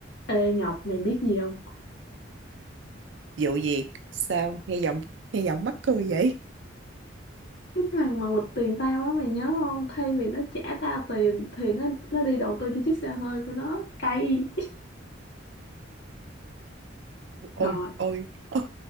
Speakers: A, on the left; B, on the right.
A: Ê Ngọc mày biết gì không?
B: Vụ gì? Sao? Nghe giọng nghe giọng mắc cười vậy?
A: Cái thằng mà quỵt tiền tao á mày nhớ không? Thay vì nó trả tao tiền thì nó nó đi đầu tư cho chiếc xe hơi của nó cay.
B: Ôi
A: Trời,
B: ôi, ôi